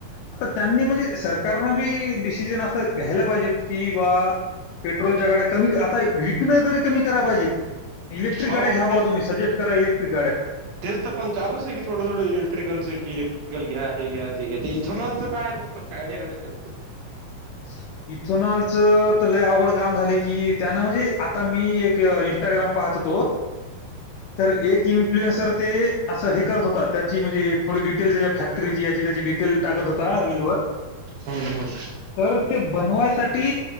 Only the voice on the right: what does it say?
हो
टेनतर पण चालूच आहे थोडं थोडं इलेक्ट्रिकलचे की. गल घ्या हे घ्या ते घ्या ते इथनॉलचं काय <inaudible> आयडिया. <unintelligible>
हम्म हम्.